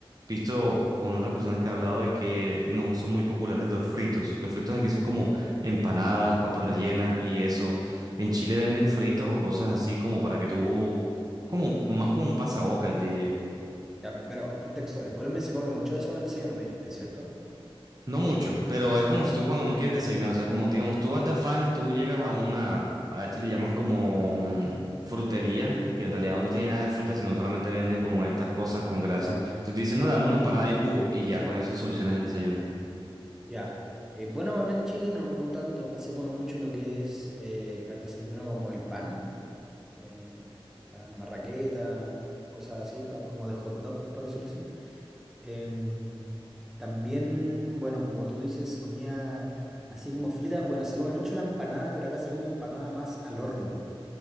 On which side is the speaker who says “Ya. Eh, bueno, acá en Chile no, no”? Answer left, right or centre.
Centre